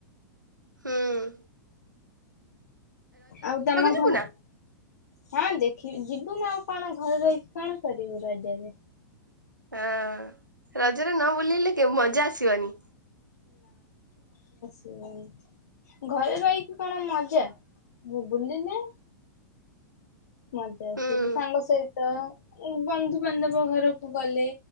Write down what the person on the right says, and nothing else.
ହୁଁଉଉ
ଯିବୁ
ନା
ହଁଅଅ ରଜରେ ନ ବୁଲିଲେ କେ ମଜା ଆସିବନି।
ହୁଁ।